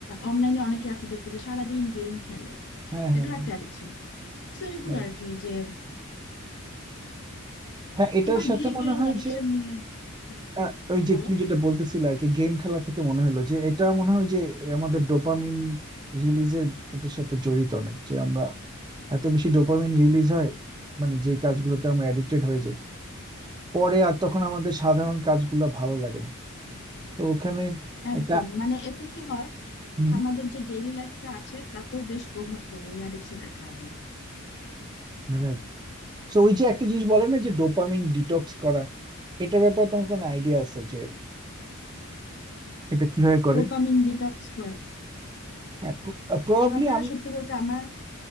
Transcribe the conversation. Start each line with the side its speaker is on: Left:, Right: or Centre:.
Left: অনলাইনে অনেকে আছে দেখবে যে সারাদিন গেম খেলে
Right: হ্যাঁ হ্যাঁ
Left: এটাও একটা অ্যাডিকশন তো এগুলো
Right: রাইট
Left: আর কি যে
Right: হ্যাঁ এটার
Left: তোমার
Right: সাথে
Left: বিহেভিয়ারাল
Right: মনে হয়
Left: অ্যাডিকশন
Right: যে
Left: নিয়ে হ্যাঁ,
Right: আহ, ওই
Left: বলো
Right: যে তুমি যেটা বলতেছিলে আর কি গেম খেলা থেকে মনে হলো যে এটা মনে হয় যে আমাদের ডোপামিন রিলিজের এটার সাথে জড়িত অনেক যে আমরা এত বেশি ডোপামিন রিলিজ হয় মানে যেই কাজগুলোতে আমরা অ্যাডিক্টেড হয়ে যাই পরে আর তখন আমাদের সাধারণ কাজগুলো ভালো লাগে না তো ওখানে
Left: একদম
Right: একটা
Left: মানে এতে কি হয়
Right: হুম
Left: আমাদের যে ডেইলি লাইফটা আছে তাতেও বেশ প্রভাব পড়ে এই অ্যাডিকশনের কারণে
Right: রাইট তো ওই যে একটা জিনিস বলে না যে ডোপামিন ডিটক্স করা এটার ব্যাপারে তোমার কোনো আইডিয়া আছে যে এটা কিভাবে করে
Left: ডোপামিন ডিটক্স করে
Right: হ্যাঁ প্রবাবলি
Left: এ ব্যাপারে
Right: আমি
Left: সত্যি বলতে আমার